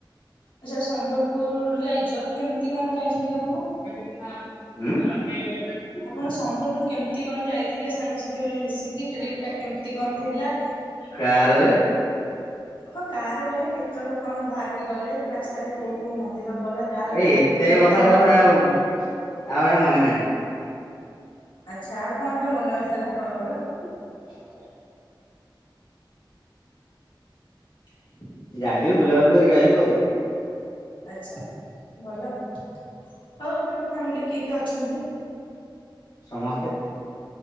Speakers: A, on the left; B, on the left.
A: ଆଚ୍ଛା ସମ୍ବଲପୁର ଯାଇଛ କେମିତି କଣ ଯାଇଛନ୍ତି ଆପଣ?
B: ଉଁ।
A: ଆପଣ ସମ୍ବଲପୁର କେମିତି କଣ ଯାଇଥିଲେ ସାଙ୍ଗସାଥି ମାନେ ମିଶିକି? ଟ୍ରିପ୍ଟା କେମିତି କଣ ଥିଲା?
B: କାରରେ।
A: ହଁ କାରରେ ଗଲେ। କେତେବେଳେ କଣ ବାହାରିକି ଗଲେ? ରାସ୍ତାରେ କୋଉ କୋଉ ମନ୍ଦିର ଗଲା ଯାହାବି ହେଲେ
B: ଏଇ
A: ତ
B: ଏତେ
A: ମନ୍ଦିର ଯାଇଥିବେ
B: କଥା କହ
A: ନା?
B: ଆଉ ଆଉ ସେଗୁରା ମନେ ନାହିଁ।
A: ଆଚ୍ଛା ଆଉ କଣଟା ମନେ ଅଛି ତାହାଲେ ଆପଣଙ୍କର?
B: <inaudible>
A: ଁ
B: ଯାଇଥିଲୁ ବୁଲାବୁଲି କରିକି ଆଇଲୁ ଆଉ।
A: ଆଚ୍ଛା ଭଲ ଆଉ। ଆଉ ଆପଣଙ୍କ ଫ୍ୟାମିଲିରେ କିଏ କିଏ ଅଛନ୍ତି?
B: ସମସ୍ତେ।